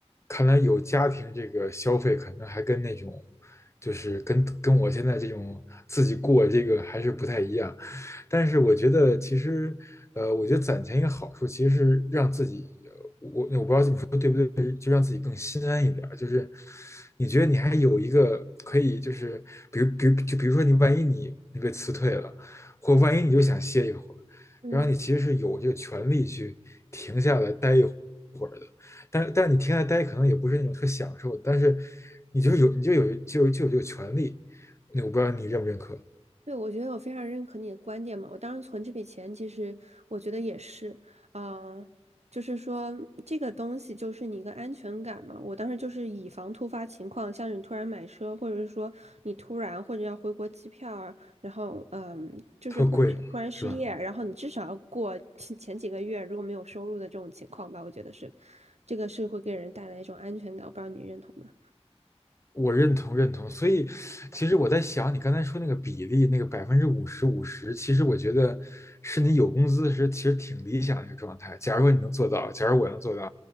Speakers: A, on the left; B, on the right.
A: 看来有家庭这个消费，可能还跟那种，就是跟跟我现在这种自己过这个还是不太一样。但是我觉得其实，呃，我觉得攒钱一个好处，其实是让自己那我不知道这么说对不对，就让自己更心安一点儿。就是你觉得你还有一个可以，就是比如，比如，就比如说你万一你你被辞退了，或万一你就想歇一会儿，
B: 嗯。
A: 然后你其实是有这个权利去停下来待一会儿的。但但你停下来待可能也不是那种特享受的但是你就是有你就有就有就有这个权利。那我不知道你认不认可，
B: 对，我觉得我非常认可你的观点嘛。我当时存这笔钱，其实我觉得也是，啊、就是说这个东西就是你一个安全感嘛。我当时就是以防突发情况，像你突然买车，或者是说你突然或者要回国机票啊，然后嗯，就是或者是突然失业，
A: 特贵是吧？
B: 然后你至少要过 <laughs> 前几个月如果没有收入的这种情况吧，我觉得是，这个是会给人带来一种安全感。我不知道你认同吗？
A: 我认同认同，所以其实我在想，你刚才说那个比例，那个百分之五十五十，其实我觉得是你有工资时其实挺理想的一个状态。假如说你能做到，假如我能做到，